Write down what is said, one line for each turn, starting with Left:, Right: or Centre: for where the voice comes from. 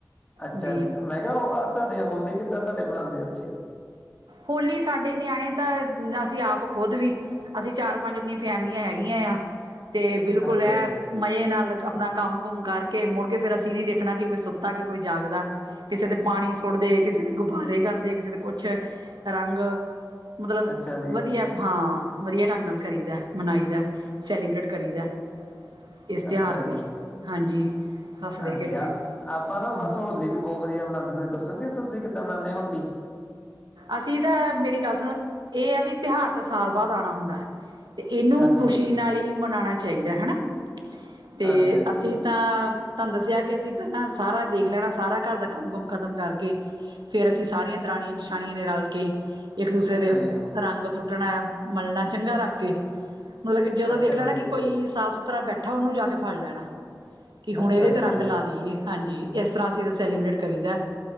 Left: ਅੱਛਾ
Right: ਵੀ
Left: ਜੀ, ਮੈਂ ਕਿਹਾ ਉਹ ਹ ਤੁਹਾਡੇ ਹੋਲੀ ਕਿੱਦਾਂ ਤੁਹਾਡੇ ਮਨਾਂਦੇ ਆ ਉੱਥੇ
Right: ਹੋਲੀ ਸਾਡੇ ਨਿਆਣੇ ਤਾਂ ਅਸੀਂ ਆਪ ਖੁਦ ਵੀ ਅਸੀਂ ਚਾਰ ਪੰਜ ਆਪਣੀਆਂ ਫੈਮਲੀਆਂ ਹੈਗੀਆਂ ਆ ਤੇ ਬਿਲਕੁਲ
Left: ਅੱਛਾ
Right: ਇਹ
Left: ਜੀ
Right: ਮਜ਼ੇ ਨਾਲ ਆਪਣਾ ਕੰਮ ਕੁੁੰਮ ਕਰਕੇ ਮੁੜ ਕੇ ਫਿਰ ਅਸੀਂ ਨਹੀਂ ਦੇਖਣਾ ਕਿ ਕੋਈ ਸੁੱਤਾ ਕਿ ਕੋਈ ਜਾਗਦਾ। ਕਿਸੇ ਦੇ ਪਾਣੀ ਸੁੱਟਦੇ, ਕਿਸੇ ਦੇ ਗੁਬਾਰੇ ਕਰਦੇ, ਕਿਸੇ ਦੇ ਕੁਛ 'ਚ ਰੰਗ ਮਤਲਬ
Left: ਅੱਛਾ ਜੀ
Right: ਵਧੀਆ। ਹਾਂ ਵਧੀਆ ਢੰਗ ਨਾਲ ਕਰੀ ਦਾ ਮਨਾਈ ਦਾ ਸੈਲੀਬ੍ਰੇਟ ਕਰੀ ਦਾ। ਇਸ ਤਿਉਹਾਰ
Left: ਅੱਛਾ
Right: ਨੂੰ
Left: ਜੀ
Right: ਵੀ ਹਾਂਜੀ। ਹੱਸਦੇ
Left: ਹਾਂਜੀ
Right: ਖੇਡਦੇ
Left: ਆ
Right: ਹਾਂ
Left: ਆਪਾਂ ਨਾ ਬਸ
Right: ਹਾਂ
Left: ਹੋਲੀ ਵੀ ਬਹੁਤ ਵਧੀਆ ਮਨਾਉਂਦੇ ਹਾਂ ਤੁਸੀਂ ਦੱਸੋਗੇ ਤੁਸੀਂ ਕਿੱਦਾਂ ਮਨਾਉਂਦੇ ਹੋ ਹੋਲੀ।
Right: ਅਸੀਂ ਤਾਂ ਮੇਰੀ ਗੱਲ ਸੁਣੋ ਇਹ ਆ ਵੀ ਤਿਉਹਾਰ ਤਾਂ ਸਾਲ ਬਾਅਦ ਆਉਣਾ ਹੁੰਦਾ ਹੈ। ਤੇ ਇਹਨੂੰ
Left: ਹਾਂਜੀ
Right: ਖ਼ੁਸ਼ੀ ਨਾਲ ਹੀ ਮਨਾਉਣਾ ਚਾਹੀਦਾ ਹਨਾ ਤੇ
Left: ਹਾਂਜੀ ਹਾਂਜੀ
Right: ਅਸੀਂ ਤਾਂ ਤੁਹਾਨੂੰ ਦੱਸਿਆ ਕਿ ਅਸੀਂ ਪਹਿਲਾਂ ਸਾਰਾ ਦੇਖ ਲੈਣਾ ਸਾਰਾ ਘਰ ਦਾ ਕੰਮ ਕੁਮ ਖ਼ਤਮ ਕਰਕੇ ਫੇਰ ਅਸੀਂ ਸਾਰੀਆਂ ਦਰਾਣੀਆਂ ਜਠਾਣੀਆਂ ਨੇ ਰਲ ਕੇ ਇੱਕ ਦੂਸਰੇ
Left: ਅੱਛਾ
Right: ਦੇ
Left: ਜੀ
Right: ਰੰਗ ਸੁੱਟਣਾ। ਮਲਣਾ ਚੰਗਾ ਰੱਖ ਕੇ ਮਤਲਬ ਕਿ ਜਦੋਂ
Left: ਅੱਛਾ
Right: ਦੇਖ ਲੈਣਾ
Left: ਜੀ
Right: ਕਿ ਕੋਈ ਸਾਫ਼ ਸੁਥਰਾ। ਤਰ੍ਹਾਂ ਬੈਠਾ ਉਹਨੂੰ ਜਾ ਕੇ ਫੜ ਲੈਣਾ ਕਿ ਹੁਣ
Left: ਅੱਛਾ
Right: ਇਹਦੇ
Left: ਜੀ
Right: ਤੇ ਰੰਗ ਲਾ ਦੇਈਏ। ਹਾਂਜੀ ਇਸ ਤਰ੍ਹਾਂ ਅਸੀਂ ਤਾਂ ਸੈਲੀਬ੍ਰੇਟ ਕਰੀਦਾ